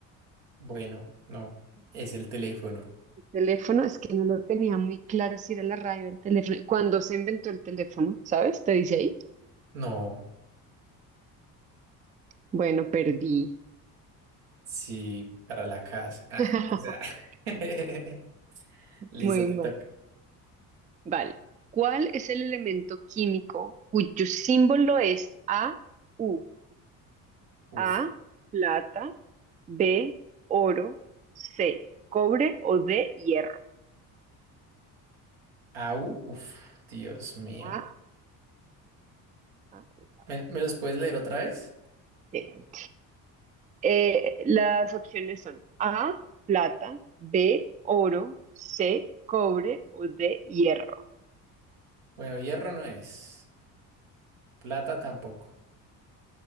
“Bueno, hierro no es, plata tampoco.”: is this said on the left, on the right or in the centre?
Right